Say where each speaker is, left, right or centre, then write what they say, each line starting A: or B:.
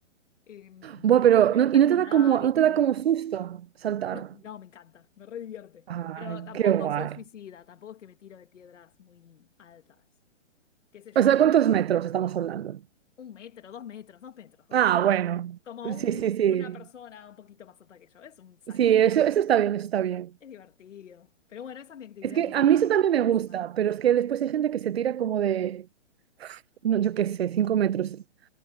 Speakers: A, on the left; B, on the right.
A: Em,
B: Buah,
A: pero
B: pero
A: sí, me
B: no-
A: gusta
B: ¿y no
A: como
B: te da
A: nadar
B: como, no
A: y estar
B: te da
A: ahí.
B: como susto saltar?
A: No, no, me encanta, me re divierte.
B: Ah,
A: Pero tampoco
B: qué guay.
A: soy suicida, tampoco es que me tiro de piedras muy altas. ¿Qué sé yo?
B: O sea, ¿cuántos metros estamos hablando?
A: Un metro, dos metros, dos metros, dos.
B: Ah, bueno.
A: como
B: Sí,
A: un-
B: sí, sí.
A: una persona un poquito más alta que yo. Es un saltín.
B: Sí, eso, eso está bien, eso está bien.
A: Es divertido. Pero bueno, esa es mi actividad
B: Es que
A: quizás
B: a mí
A: de
B: eso
A: los
B: también me
A: fines de
B: gusta,
A: semana.
B: pero es que después hay gente que se tira como de, no, yo qué
A: Sí.
B: sé, cinco metros.